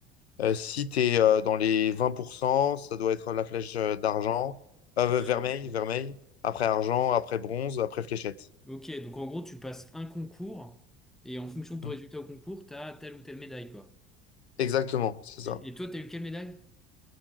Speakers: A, on the left (about 85°); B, in the centre.
A: Euh, si tu es dans les 20%, ça doit être la flèche euh, d'argent, euh,
B: Ah,
A: vermeil,
B: ok.
A: vermeil, après argent, après bronze, après fléchette.
B: Ok, donc en gros, tu passes un concours, et en fonction de ton
A: Mm.
B: résultat au concours, t'as telle ou telle médaille, quoi.
A: Exactement, c'est ça.
B: Et, et toi, t'as eu quelle médaille?